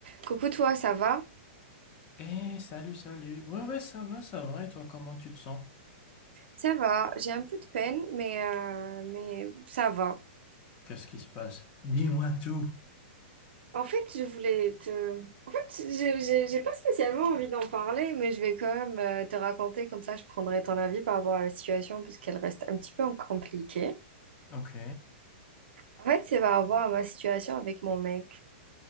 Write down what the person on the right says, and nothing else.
Coucou toi, ça va?
Ça va, j'ai un peu de peine, mais, euh, mais ça va.
En fait, je voulais te... En fait, j'ai j'ai- j'ai pas spécialement envie d'en parler, mais je vais quand même euh, te raconter, comme ça je prendrai ton avis par rapport à la situation, puisqu'elle reste un petit peu compliquée.
En fait, c'est par rapport à ma situation avec mon mec.